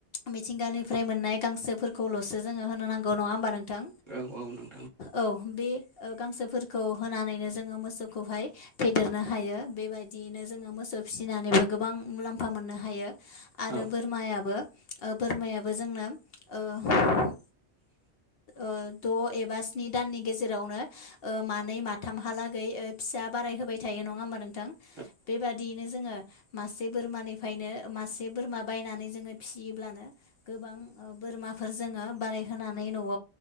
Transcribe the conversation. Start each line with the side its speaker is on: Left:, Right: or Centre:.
Left: मिथिंगानिफ्राय मोननाय गांसोफोरखौल'सो जोङो होनो नांगौ नङा होमबा नोंथां
Right: औ औनो
Left: औ बे गांसोफोरखौ होनानैनो जोङो मोसौखौहाय फेदेरनो हायो बेबायदियैनो जोङो मोसौ फिसिनानैबो गोबां मुलाम्फा मोननो हायो
Right: औ
Left: आरो
Right: औ
Left: बोरमायाबो बोरमायाबो जों आंनो ओ
Right: <unintelligible> <inaudible>
Left: ओ द' एबा सि स्नि दाननि गेजेरावनो मानै माथामहालागै फिसा बाराय होबाय थायो नङा होनबा नोंथां
Right: औ
Left: बेबादियैनो जोङो मासे बोरमानिफायनो मासे बोरमा बायनानै जोङो फिसि ब्लानो गोबां ओ बोरमाफोर जोङो बारायहोनानै नआव